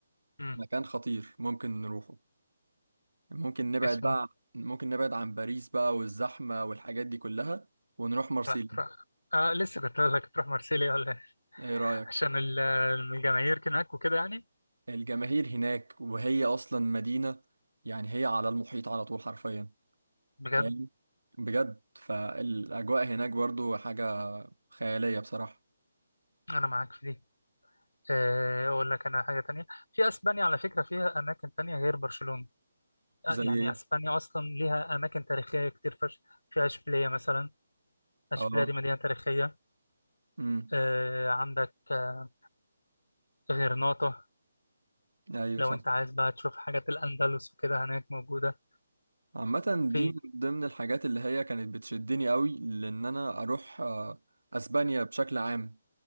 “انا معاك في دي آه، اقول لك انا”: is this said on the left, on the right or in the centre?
Left